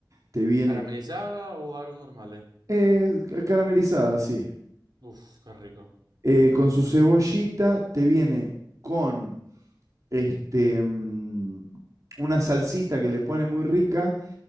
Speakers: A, on the right (about 50°); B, on the right (about 70°).
A: te viene
B: ¿Caramelizada o aros normales?
A: eh, ca- caramelizada, sí.
B: Uf, qué rico.
A: eh, con su cebollita, te viene con este, mm, una salsita que le pone muy rica